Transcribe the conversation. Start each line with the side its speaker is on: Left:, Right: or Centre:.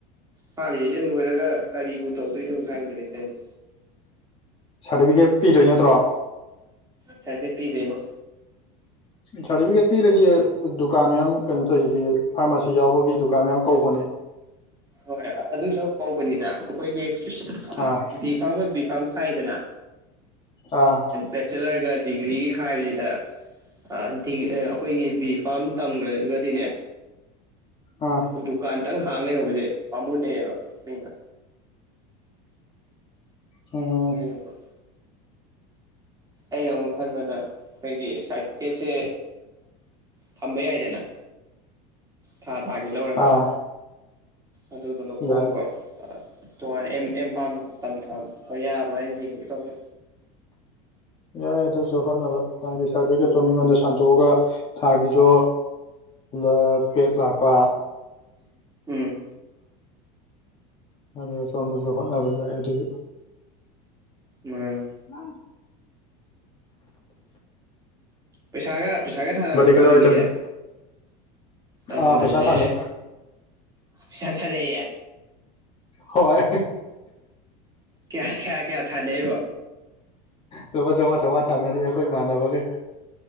Right: ꯐꯥꯝꯃꯤꯁꯤꯁꯦ ꯂꯣꯏꯔꯒ ꯀꯔꯤꯕꯨ ꯇꯧꯗꯣꯏꯅꯣ ꯈꯪꯗꯔꯦ ꯇꯧꯔꯤꯖꯦ
Left: ꯁꯥꯔꯇꯤꯐꯤꯀꯦꯠ ꯄꯤꯗꯣꯏ ꯅꯠꯇ꯭ꯔꯣ
Right: ꯆꯥꯏ ꯐ ꯄꯤꯗꯅꯣ
Left: ꯁꯥꯔꯗꯤꯕꯤꯒꯦꯠ ꯄꯤꯔꯗꯤ ꯗꯨꯀꯥꯟ ꯃꯌꯥꯝ ꯀꯩꯅꯣ ꯇꯧꯋꯤꯖꯤꯗꯤ ꯐꯥꯔꯃꯥꯁꯤ ꯌꯥꯎꯕꯒꯤ ꯗꯨꯀꯥꯟ ꯃꯌꯥꯝ ꯀꯧꯕꯅꯦ
Right: ꯍꯣꯏ ꯑꯗꯨꯗꯣ ꯀꯧꯕꯅꯤꯅ ꯑꯩꯈꯣꯏꯒꯤ
Left: ꯑꯥ
Right: ꯐꯥꯝꯒ ꯕꯤ ꯐꯝ ꯈꯥꯏꯗꯅ
Left: ꯑꯥ
Right: ꯕꯦꯆꯦꯂꯔꯒ ꯗꯤꯒ꯭ꯔꯤꯒ ꯈꯥꯏꯕꯁꯤꯗ ꯑꯩꯈꯣꯏꯒꯤ ꯕꯤ ꯐꯥꯝ ꯇꯝꯈ꯭ꯔꯒꯗꯤꯅꯦ
Left: ꯑꯥ
Right: ꯗꯨꯀꯥꯟꯗꯪ ꯍꯥꯡꯅꯩ ꯍꯧꯕꯁꯦ ꯄꯥꯃꯨꯅꯦꯕ ꯃꯤꯅ
Left: ꯎꯝ
Right: ꯑꯗꯨꯅꯦꯀꯣ ꯑꯩꯅ ꯑꯃꯨꯛ ꯈꯟꯕꯗ ꯑꯩꯈꯣꯏꯒꯤ ꯁꯥꯔꯇꯤꯐꯤꯀꯦꯠꯁꯦ ꯊꯝꯕ ꯌꯥꯏꯗꯅ ꯊꯥ ꯊꯥꯒꯤ ꯂꯧꯔꯒ
Left: ꯑꯥ
Right: ꯑꯗꯨꯗꯣ ꯂꯧꯊꯣꯛꯑꯒ
Left: ꯌꯥꯏ
Right: ꯇꯣꯉꯥꯟꯅꯦ ꯏꯝꯐꯥꯝ ꯇꯝꯊꯕ ꯌꯥꯕ꯭ꯔꯥ ꯍꯥꯏꯅ ꯌꯦꯡꯒꯦ ꯇꯧꯒꯦ
Left: ꯌꯥꯏ ꯌꯥ ꯑꯗꯨ ꯍꯣꯠꯅꯕ ꯍꯥꯏꯗꯤ ꯁꯥꯔꯗꯤꯕꯤꯒꯦꯠꯇꯣ ꯃꯤꯉꯣꯟꯗ ꯁꯟꯇꯣꯛꯑꯒ ꯊꯥꯒꯤꯖꯨ ꯂ ꯄꯦꯠ ꯂꯥꯛꯄ
Right: ꯎꯝ
Left: ꯑꯗ ꯁꯣꯝꯗꯖꯨ ꯍꯣꯠꯅꯅꯕ ꯌꯥꯏ ꯑꯗꯨꯒꯤ
Right: ꯎꯝ
Left: ꯅ
Right: ꯄꯩꯁꯥꯒ ꯄꯩꯁꯥꯒ ꯊꯥꯔꯕ꯭ꯔꯣ
Left: ꯀꯗꯥꯏ
Right: ꯕꯣꯟꯒꯤꯁꯦ
Left: ꯇꯝꯃꯤꯅꯣ
Right: ꯇꯝꯕꯁꯦ
Left: ꯑꯥ ꯄꯩꯁꯥ ꯊꯥꯅꯩ
Right: ꯄꯁꯥ ꯊꯔꯦ
Left: ꯍꯣꯏ
Right: ꯀꯌꯥ ꯈꯌꯥ ꯀꯌꯥ ꯊꯥꯗꯕ
Left: ꯂꯨꯄꯥ ꯆꯥꯝꯃꯉꯥ ꯆꯥꯃꯉꯥ ꯊꯥꯅꯔꯤ ꯑꯩꯈꯣꯏ ꯏꯃꯥꯟꯅꯕꯒꯩ